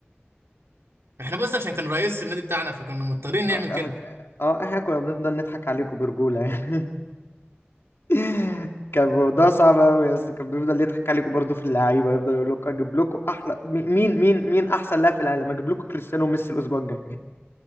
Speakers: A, on the right (about 75°); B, on the left (about 70°).
A: احنا بص عشان كان رئيس النادي بتاعنا فكنا مضطرين نعمل
B: اه
A: كده
B: احنا اه احنا كنا بنفضل نضحك عليكم برجولة يعني <laughs> <laughs> كان الموضوع صعب قوي يا اسطى كان بيفضل يضحك عليكم برضه في اللعيبه يفضل يقول لكم اجيب لكم احلى مي- مين مين مين احسن لاعب في العالم اجيب لكم كريستيانو وميسي الاسبوع الجاي